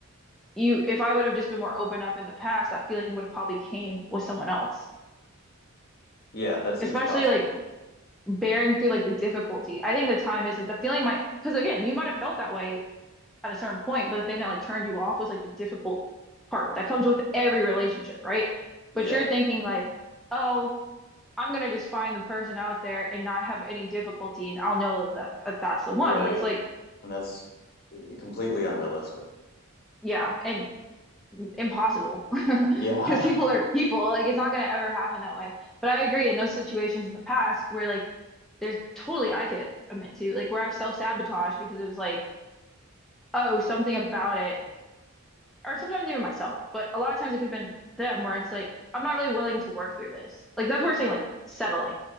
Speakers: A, in the centre; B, on the left (about 45°).
A: you, if I would have just been more open up in the past, that feeling would have probably came with someone else,
B: Yeah, that seems
A: especially
B: possible.
A: like bearing through like the difficulty. I think the time is like the feeling might, because again, you might have felt that way at a certain point, but the thing that like turned you off was like the difficult part that comes with every relationship, right?
B: Yeah.
A: But you're thinking like, oh, I'm gonna just find the person out there and not have any difficulty, and I'll know that, that's the
B: Right.
A: one. But it's like,
B: And that's completely unrealistic.
A: yeah, and impossible <laughs>
B: Yeah.
A: because people
B: <laughs>
A: are people. Like it's not gonna ever happen that way. But I agree in those situations in the past where like there's totally I could admit to like where I've self-sabotaged because it was like, oh, something about it or sometimes even myself, but a lot of times it could have been them where it's like, I'm not really willing to work through this. Like that's what we're saying, like settling,